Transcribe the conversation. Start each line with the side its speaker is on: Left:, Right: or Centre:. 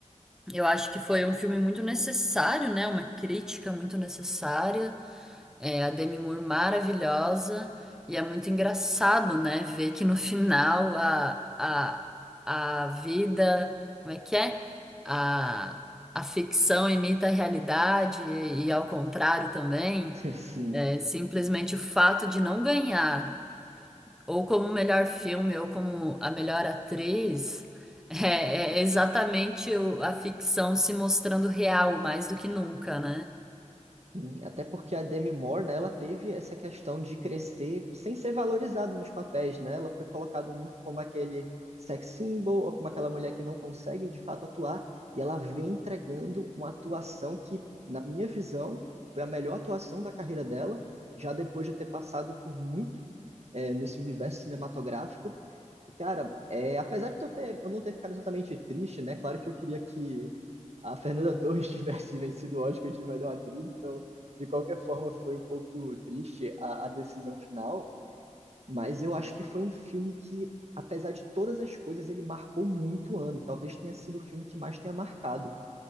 Centre: eu acho que foi um filme muito necessário, né? Uma crítica muito necessária. É, a Demi Moore maravilhosa. E é muito engraçado, né? Ver que no final a, a, a vida. Como é que é? A, a ficção imita a realidade e, e ao contrário também.
Right: <laughs> Sim.
Centre: É, simplesmente o fato de não ganhar, ou como melhor filme, ou como a melhor atriz, é, é exatamente o- a ficção se mostrando real mais do que nunca, né?
Right: Sim, Até porque a Demi Moore, né, ela teve essa questão de crescer sem ser valorizada nos papéis, né? Ela foi colocada muito como aquele sex symbol, ou como aquela mulher que não consegue de fato atuar, e ela vem entregando uma atuação que, na minha visão, foi a melhor atuação da carreira dela, já depois de ter passado por muito, eh, nesse universo cinematográfico. E, cara, eh, apesar de eu ter, eu não ter ficado exatamente triste, né? Claro que eu queria que a Fernanda <laughs> Torres tivesse vencido o Oscar de melhor atriz, então de qualquer forma, foi um pouco triste a, a decisão final, mas eu acho que foi um filme que, apesar de todas as coisas, ele marcou muito o ano. Talvez tenha sido o filme que mais tenha marcado.